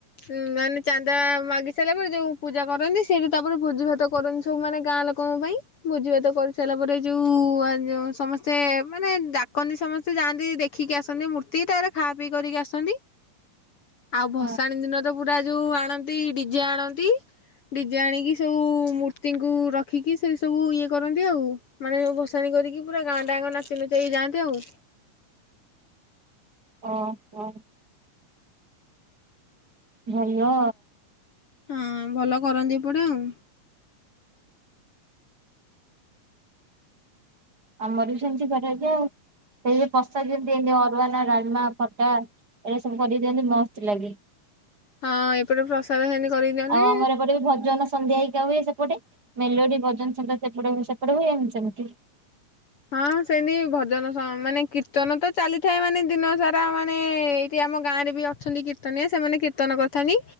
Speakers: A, on the left (about 45°); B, on the right (about 30°).
A: ଉଁ ମାନେ ଚାନ୍ଦା ମାଗି ସାରିଲା ପରେ ଯୋଉ ପୂଜା କରନ୍ତି। ସେଇଠି ତାପରେ ଭୋଜି ଭାତ କରନ୍ତି ସବୁ ମାନେ ଗାଁ ଲୋକଙ୍କ ପାଇଁ। ଭୋଜି ଭାତ କରିସାରିଲା ପରେ ଯୋଉ ଯଉ ସମସ୍ତେ ମାନେ ଡାକନ୍ତି ସମସ୍ତେ ଯାଆନ୍ତି ଦେଖ ଖିକି ଆସନ୍ତି ମୂର୍ତ୍ତି ତାପରେ ଖା ପିଇ କରିକି ଆସନ୍ତି। ଆଉ ଭସାଣି
B: ହଁ
A: ଦିନ ତ ପୁରା ଯୋଉ ଆଣନ୍ତି ଡିଜେ ଆଣନ୍ତି। ଡିଜେ ଆଣିକି ସବୁ ମୂର୍ତ୍ତିଙ୍କୁ ରଖିକି ସେ ସବୁ ଇଏ କରନ୍ତି ଆଉ। ମାନେ ଭସାଣି କରିକି ପୁରା ଗାଁଟାଁ ଆଙ୍ଗ ନାଚି ନୁଚାକି ଯାଆନ୍ତି ଆଉ।
B: ହଁ ହଁ ଭଲ
A: ହଁ ଭଲ କରନ୍ତି ଏପଟେ ଆଉ।
B: ଆମର ବି ସେମିତି କରା <unintelligible> ଯାଏ ଆଉ ସେଇ ପଷା ଯେମିତି ଏମ ଅରୁୱାନ ଡାଲମା ଖଟା ଏଇଟା ସବୁ କରି ଦିଅନ୍ତି ମସ୍ତ ଲାଗେ।
A: ହଁ ଏପଟେ ପ୍ରସାଦ ସେମିତି କରିକି ଦିଅନ୍ତି
B: ଆଉ ଆମର ଏପଟେ ବି ଭଜନ ସନ୍ଧ୍ୟା ହେଇକା ହୁଏ। ସେ ସେପଟେ ମେଲୋଡି ଭଜନ ସଧ୍ୟା ସେପଟ ସେପଟ ହୁଏ ଏମିତି ସେମିତି।
A: ହଁ ସେମିତି ଭଜନ ମାନେ କୀର୍ତ୍ତନ ତ ଚାଲିଥାଏ ମାନେ ଦିନ ସାରା ମାନେ ଆମ ଗାଁରେ ବି ଅଛନ୍ତି କୀର୍ତ୍ତନିଆ ସେମାନେ କୀର୍ତ୍ତନ କରିଥାନ୍ତି।